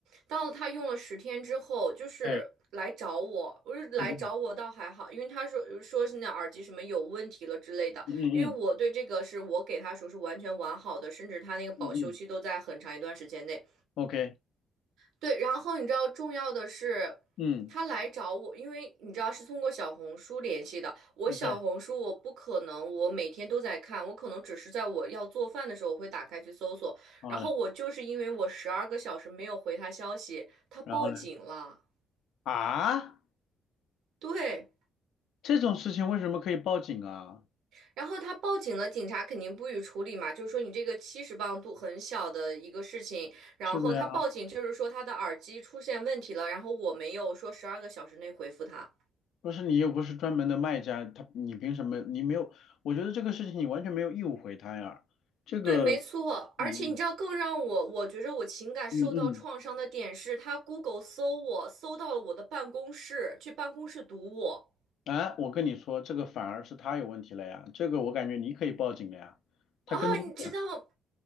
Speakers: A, on the right; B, on the left.
A: 到了他用了十天之后，就是来找我，
B: 哎，
A: 我是来找我倒还好，
B: 嗯嗯
A: 因为他说说是那耳机什么有问题了之类的，
B: 嗯嗯
A: 因为我对这个是我给他说是完全完好的，甚至他那个保修期都在很长一段时间内，
B: 嗯嗯，OK，
A: 对，然后你知道重要的是，
B: 嗯，
A: 他来找我，因为你知道是通过小红书联系的。我小红书我不可能，
B: 对
A: 我每天都在看，我可能只是在我要做饭的时候我会打开去搜索。
B: 啊，
A: 然后我就是因为我十二个小时没有回他消息，他报警了。
B: 然后呢？啊，
A: 对，
B: 这种事情为什么可以报警啊？
A: 然后他报警了，警察肯定不予处理嘛，就是说你这个七十磅度很小的一个事情，然后他报警就是说他的耳机出现问题了，
B: 是的呀，
A: 然后我没有说十二个小时内回复他。
B: 不是你又不是专门的卖家，他你凭什么？你没有，我觉得这个事情你完全没有义务回他呀。这个，
A: 对，没错，
B: 嗯
A: 而且你知道，更让我我觉着我情感受到创伤的点是，
B: 嗯嗯嗯，
A: 他 Google 搜我，搜到了我的办公室，去办公室堵我
B: 啊，我跟你说，这个反而是他有问题了呀。这个我感觉你可以报警了呀，他跟踪的呀。
A: 啊！你知道，